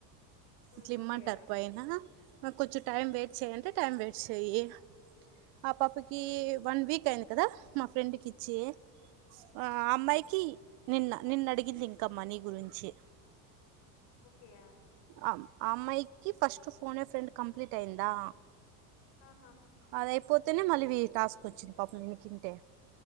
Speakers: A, on the left; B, on the right.
A: మ్మ్
B: క్లైమా
A: ఓకే
B: తప్పైనా మాక్ కొంచెం టైం వయిట్ చెయంటే టైం వేస్ట్ చెయ్యి ఆ పాపకి
A: మ్మ్
B: వన్ వీక్ అయింది కదా మా ఫ్రెండ్కిచి ఆ అమ్మాయికి నిన్న నిన్న అడిగింది ఇంకమ్మానీ గురించి
A: ఓకే
B: ఆ అమ్మాయికి ఫస్ట్ ఫోన్ ఫ్రెండ్ కంప్లీట్ అయిందా
A: ఆహా
B: అదయిపోతేనే మళ్ళీ టాస్క్ వచ్చింది పాపం వినుకుంటే